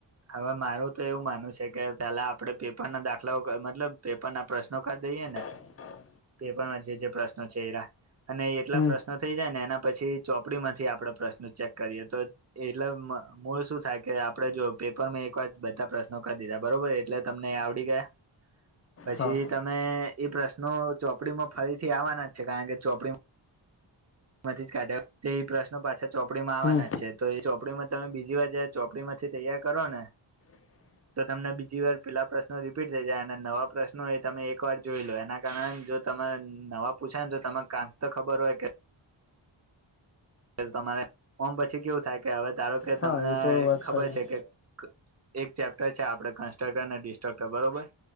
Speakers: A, on the right; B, on the left.
A: હવે મારું તો એવું માનું છે કે પેલા આપડે પેપર ના દાખલાઓ મતલબ પેપર ના પ્રશ્નો કરી દઈએ ને
B: <inaudible>
A: પેપરમાં જે જે પ્રશ્નો છે એરા અને એટલા
B: હમ
A: પ્રશ્નો થઈ જાય ને એના પછી ચોપડીમાંથી આપડે પ્રશ્નો ચેક કરીએ તો એટલે મૂળ શું થાય કે આપડે જો પેપર માં એક વાર બધા પ્રશ્નો કરી દીધા બરોબર એટલે તમને આવડી ગયા પછી
B: હા
A: ત અ એ પ્રશ્નો ચોપડીમાં ફરીથી આવવાના જ છે કારણ કે ચોપડીમાં નથી જ કાઢ્યા તે એ પ્રશ્નો પાછા ચોપડીમાંવાના
B: હમ
A: નથી. છ તો એ ચોપડીમાં તમે બીજી વાર જયારે ચોપડી માંથી તૈયાર કરો ને
B: હ
A: તો તમને બીજી વાર પેલા પ્રશ્નો રિપીટ થઈ જાય અને નવા પ્રશ્નો એ તમે એક વાર જોઈ લો એના કાર જો તમે નવા પૂછાય ને તો ત કાંક તો ખબર હોય કે તમારે ઓમ પછી કેવું થાય કે હવે ધારો કે
B: હા
A: તમને
B: એ તો વાત
A: ખબર
B: સાચી
A: છે કે એક ચેપ્ટર છે આપડ કન્સ્ટ્રક્ટર અને ડિસ્ટ્રક્ટર બરોબર